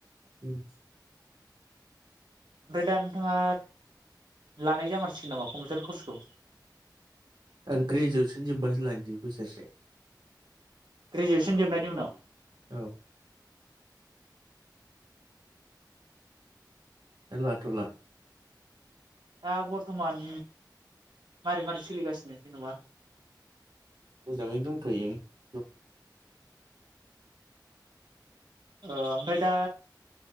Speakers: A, on the right; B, on the right.
A: उम
B: ओमफ्राय दा नोंथाङा लानाय जामारसिगोन नामा कम्पिउटार कर्सखौ
A: आं ग्रेजुवैसन जोबबासो लानोसै बोसोरसे
B: ग्रेजुवेसन जोबनायनि उनाव
A: औ दा लाथ'ला
B: दा बर्थमान मारै मारै सोलिगासिनो जेनेबा
A: मोजाङै दंथयो
B: ओ ओमफ्राय दा